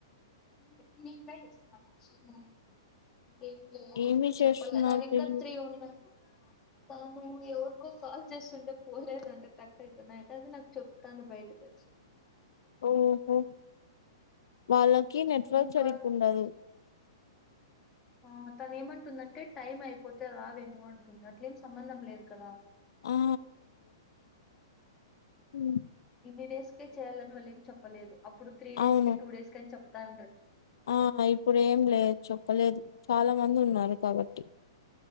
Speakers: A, on the left; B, on the left.
A: హ్మ్ మీ ట్రై చేస్తాన్నా ఏం లేదు
B: ఏమి చేస్తున్నారు
A: చెప్పలే నాదింకా
B: తెలీదు
A: త్రీ ఉన్నా తాను ఎవరికో కాల్ చేస్తుంటే పోలేదంట కట్ అయితున్నాయంట అది నాకు చెప్తాంది బయటకి వచ్చి
B: ఓహో వాళ్ళకి నెట్వర్క్
A: ఇంకా
B: సరిగ్గుండదు
A: ఆ తను ఏమంటుందంటే టైం అయిపోతే రావేమో అంటుంది అట్లేం సంబంధం లేదు కదా
B: ఆ హుమ్
A: ఇన్ని డేస్కే చెయ్యాలని వాళ్లేం చెప్పలేదు అప్పుడు త్రీ డేస్కి
B: అవును
A: టూ డేస్కి అని చెప్ తండ్రి
B: ఆ ఇప్పుడు ఏంలే చెప్పలేదు చాలా మంది ఉన్నారు కాబట్టి